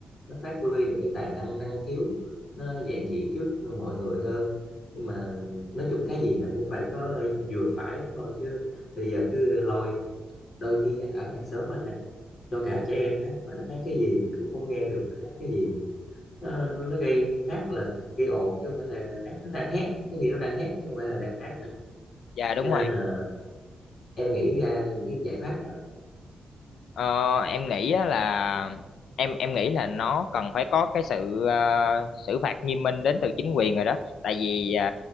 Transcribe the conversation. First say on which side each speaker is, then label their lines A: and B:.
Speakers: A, on the left (about 45°); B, on the left (about 85°).
A: nó phát huy được cái tài năng năng khiếu nó dạn dĩ trước mọi người hơn nhưng mà nói chung cái gì nó cũng phải có <laughs> vừa phải thôi chứ bây giờ cứ lôi đôi khi ở hàng xóm anh nè cho cả trẻ em hát mà nó hát cái gì mình cũng không nghe được nó hát cái gì nó, nó gây hát là gây ồn chứ không phải là hát nó đang hát có khi nó đang hát chứ không phải là đang hát nữa
B: dạ đúng
A: cho nên
B: rồi
A: là em nghĩ ra những cái giải pháp nào
B: Ờ, em nghĩ á là em em nghĩ là nó cần phải có cái sự ờ, xử phạt nghiêm minh đến từ chính quyền rồi đó. Tại vì ờ,